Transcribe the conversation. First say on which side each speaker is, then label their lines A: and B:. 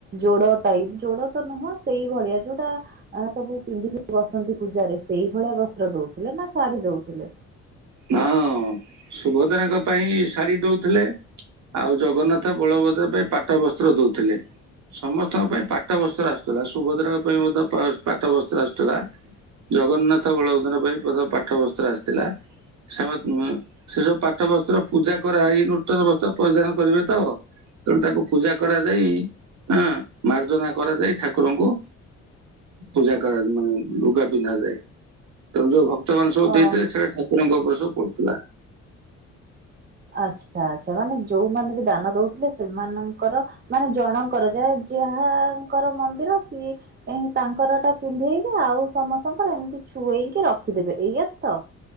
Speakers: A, on the right; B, on the right.
A: ଯୋଡ ଟାଇପ୍ ଯୋଡ ତ ନୁହଁ ସେଇଭଳିଆ ଯୋଉଟା ଆ ସବୁ ପିନ୍ଧିକି ବସନ୍ତି ପୂଜାରେ ସେଇଭଳିଆ ବସ୍ତ୍ର ଦୋଉଥିଲେ ନା ଶାଢ଼ୀ ଦେଉଥିଲେ?
B: ହଁ ସୁଭଦ୍ରାଙ୍କ ପାଇଁ ଶାଢୀ ଦୋଉଥିଲେ। ଆଉ ଜଗନ୍ନାଥ, ବଳଭଦ୍ର ପାଇଁ ପାଠ ବସ୍ତ୍ର ଦୋଉଥିଲେ। ସମସ୍ତଙ୍କ ପାଇଁ ପାଠ ବସ୍ତ୍ର ଆସୁଥିଲା। ସୁଭଦ୍ରାଙ୍କ ପାଇଁ ମଧ୍ୟ ପା-ପାଠ ବସ୍ତ୍ର ଆସୁଥିଲା। ଜଗନ୍ନାଥ ବଳଭ୍ରଦ ପାଇଁ ପାଠବସ୍ତ୍ର ଆସିଥିଲା। ସ ସେ ସବୁ ପାଠ ବସ୍ତ୍ର ପୂଜା କରାହେଇ ନୂତନ ବସ୍ତ୍ର ପରିଧାନ କରିବେ ତ। ତେଣୁ ତାକୁ ପୂଜା କରାଯାଇ। ଆଁ ମାର୍ଜନା କରାଯାଇ ଠାକୁରଙ୍କୁ ପୂଜା କରା ମାନେ ଲୁଗା ପିନ୍ଧା ଯାଏ। ତେଣୁ ଯୋଉ ଭକ୍ତମାନେ ସବୁ
A: ଅ
B: ଦେଇଥିଲେ ସେରା ଠାକୁରଙ୍କ ଉପରେ ସବୁ ପଡିଥିଲା।
A: ଆଚ୍ଛା ଆଚ୍ଛା ମାନେ ଯୋଉମାନେ ବି ଦାନ ଦୋଉଥିଲେ। ସେମାନଙ୍କର ମାନେ ଜଣଙ୍କର ଯେ ଯାହାଙ୍କର ମନ୍ଦିର ସିଏ ହେଁ ତାଙ୍କରଟା ପିନ୍ଧେଇବେ ଆଉ ସମ ତାଙ୍କର ଏମିତି ଛୁଏଁଇକି ରଖିଦେବେ ଏଇୟା ତ।